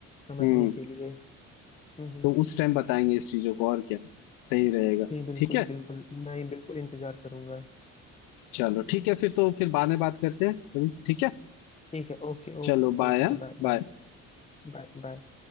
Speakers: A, on the left (about 20°); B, on the left (about 85°).
A: समझने
B: हम्म
A: के लिए हम्म हम्म।
B: तो उस टाइम बताएंगे इस चीजों को और क्या सही रहेगा
A: जी बिल्कुल
B: ठीक है
A: बिल्कुल मैं बिल्कुल इंतजार करूंगा
B: चलो ठीक है फिर तो फिर बाद में बात करते हैं कभी ठीक है
A: ठीक है Okay
B: चलो
A: okay
B: बाय
A: okay Bye bye
B: बाय
A: Bye bye